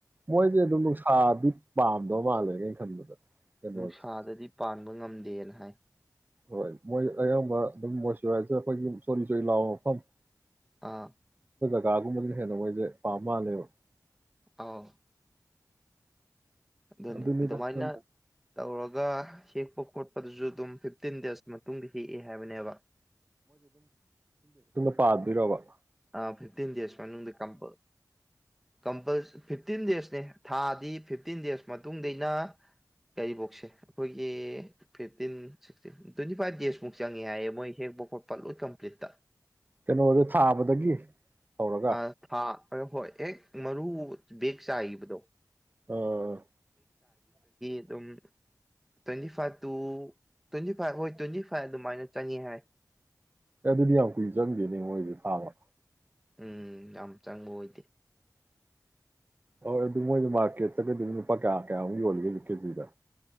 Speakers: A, on the right (about 25°); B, in the centre.
A: ꯃꯣꯏꯁꯦ ꯑꯗꯨꯝ ꯅꯨꯡꯁꯥꯗꯤ ꯄꯥꯝꯗꯕ ꯃꯥꯜꯂꯦ ꯀꯩꯅ ꯈꯟꯕꯗ ꯀꯩꯅꯣꯁꯦ
B: ꯅꯨꯡꯁꯥꯗꯗꯤ ꯄꯥꯟꯕ ꯉꯝꯗꯦꯅ ꯍꯥꯏ
A: ꯍꯣꯏ ꯃꯣꯏ ꯑꯌꯥꯝꯕ ꯑꯗꯨꯝ ꯃꯣꯏꯆꯔꯥꯏꯖꯔ ꯑꯩꯈꯣꯏꯒꯤ ꯆꯣꯔꯤ ꯆꯣꯔꯤ ꯂꯥꯎꯕ ꯃꯐꯝ
B: ꯑꯥ
A: ꯀꯥꯒꯨꯝ ꯍꯦꯟꯅ ꯃꯣꯏꯁꯦ ꯄꯥꯝ ꯃꯥꯜꯂꯦꯕ
B: ꯑꯥꯎ ꯑꯗꯨꯅꯤ
A: ꯑꯗꯨꯅꯤꯗ
B: ꯑꯗꯨꯃꯥꯏꯅ
A: ꯁꯨꯝ
B: ꯇꯧꯔꯒ ꯍꯦꯛꯄ ꯈꯣꯠꯄꯗꯨꯁꯨ ꯑꯗꯨꯝ ꯐꯤꯞꯇꯤꯟ ꯗꯦꯖ ꯃꯇꯨꯡꯗ ꯍꯦꯛꯑꯦ ꯍꯥꯏꯕꯅꯦꯕ
A: ꯄꯥ ꯑꯗꯨꯔꯣꯕ
B: ꯑ ꯐꯤꯞꯇꯤꯟ ꯗꯁ ꯃꯗ ꯀꯝꯄ ꯀꯝꯄꯜ ꯐꯤꯞꯇꯤꯟ ꯗꯦꯖꯅꯦ ꯊꯥꯗꯤ ꯐꯤꯞꯇꯤꯟ ꯗꯦꯖ ꯃꯇꯨꯡꯗꯩꯅ ꯀꯐꯧꯁꯦ ꯑꯩꯈꯣꯏꯒꯤ ꯐꯤꯇꯤꯟ ꯁꯤꯤꯟ ꯇ꯭ꯋꯦꯟꯇꯤ ꯐꯥꯏꯚ ꯗꯦꯖꯃꯨꯛ ꯆꯪꯉꯦ ꯍꯥꯏꯌꯦ ꯃꯣꯏ ꯍꯦꯛꯐꯥꯎ ꯈꯣꯠꯄ ꯂꯣꯏ ꯀꯝꯄ꯭ꯂꯤꯠꯇ
A: ꯀꯩꯅꯣꯗ ꯊꯥꯕꯗꯒꯤ ꯍꯧꯔꯒ
B: ꯑ ꯍꯥꯥ ꯍꯣꯏ ꯍꯣꯏ ꯑꯦ ꯃꯔꯨ ꯕꯦꯛ ꯆꯕꯗꯣ
A: ꯑꯣ
B: ꯑꯗꯨꯝ twenty five to twenty five ꯍꯣꯏ ꯇ꯭ꯋꯦꯟꯇꯤ ꯐꯥꯏꯚ ꯑꯗꯨꯃꯥꯏꯅ ꯆꯪꯉꯤ ꯍꯥꯏ
A: ꯑꯦ ꯑꯗꯨꯗꯤ ꯌꯥꯝ ꯀꯨꯏ ꯆꯪꯗꯦꯅꯦ ꯃꯣꯏꯗꯤ ꯊꯥꯕ
B: ꯎꯝ ꯌꯥꯝ ꯆꯪꯉꯨ ꯑꯣꯏꯗꯦ
A: ꯍꯣꯏ ꯑꯗꯨ ꯃꯣꯏꯗꯤ ꯃꯥꯔꯀꯦꯠꯇꯒꯗꯤ ꯂꯨꯄꯥ ꯀꯌꯥ ꯀꯌꯥꯃꯨꯛ ꯌꯣꯜꯂꯤꯒꯦ ꯀꯦꯖꯤꯗ